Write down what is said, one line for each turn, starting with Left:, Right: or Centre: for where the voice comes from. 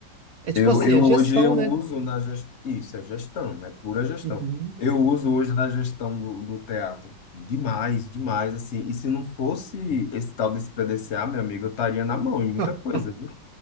Right: é
Left: Eu,
Right: tipo assim,
Left: eu
Right: a gestão,
Left: hoje eu uso
Right: né?
Left: na gestão, isso é gestão, é pura gestão.
Right: Uhum.
Left: Eu uso hoje na gestão do, do teatro demais, demais, assim. E se não fosse esse tal desse PDCA, meu amigo, eu estaria na mão em muita
Right: <laughs>
Left: coisa, viu?